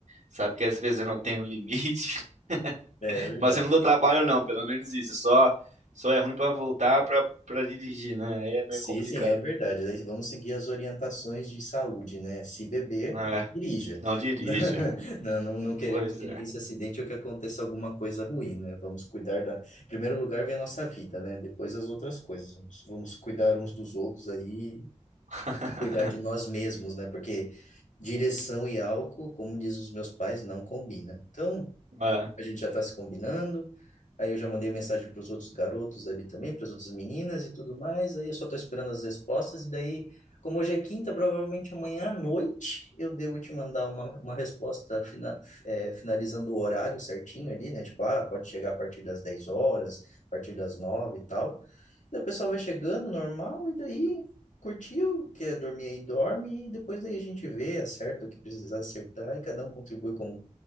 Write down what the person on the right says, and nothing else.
Sabe que às vezes eu não tenho limite, <laughs>
mas eu não dou trabalho não, pelo menos isso. Só, só é ruim pra voltar pra para dirigir, né? Aí é meio
complicado.
É,
não dirija.
Pois
é.
<laughs>
É.